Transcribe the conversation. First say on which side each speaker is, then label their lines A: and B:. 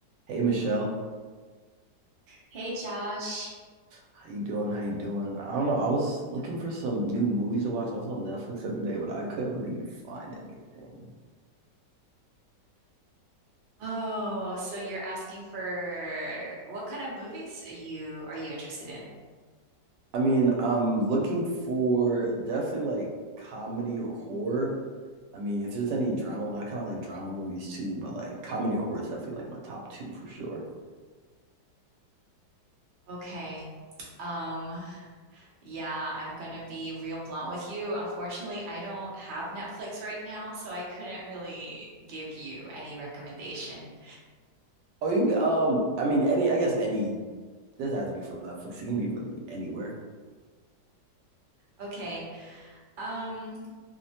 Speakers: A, on the right; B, on the right.
A: Hey Michelle,
B: Hey Josh.
A: how you doing? How you doing? I don't know. I was looking for some new movies to watch. I was on Netflix the other day, but I couldn't really find anything.
B: Oh, so you're asking for what kind of movies are you are you interested in?
A: I mean, I'm looking for definitely like comedy or horror. I mean, if there's any drama, I kind of like drama movies too, but like comedy or horror is definitely like my top two for sure.
B: Okay. Um, yeah, I'm gonna be real blunt with you. Unfortunately, I don't have Netflix right now, so I couldn't really give you any recommendation.
A: Oh, you can, um, I mean, any, I guess any doesn't have to be from Netflix. It can be really anywhere
B: Okay. Um,